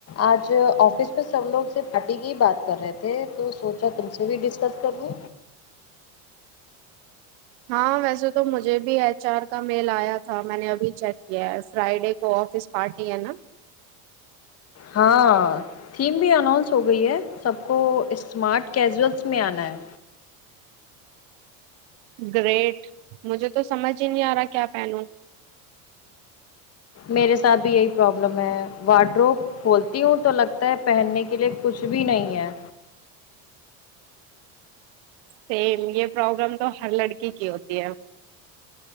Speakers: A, on the left; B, on the right.
A: آج آفس میں سب لوگ سے پارٹی کی ہی بات کر رہے تھے تو سوچا تم سے بھی ڈسکس کر لوں
B: ہاں ویسے تو مجھے بھی ایچ ار کا میل آیا تھا میں نے ابھی چیک کیا ہے فرائیڈے کو آفس پارٹی ہے نہ
A: ہاں تھیم بھی اننس ہو گئی ہے سب کو اسمارٹ کیزلس میں آنا ہے
B: گریٹ مجھے تو سمجھ ہی نہیں آ رہا کیا پہنوں
A: میرے ساتھ بھی یہی پرابلم ہے واڈرو کھولتی ہوں تو لگتا ہے پہننے کے لیے کچھ بھی نہیں ہے
B: سیم یہ پروگرام تو ہر لڑکی کی ہوتی ہے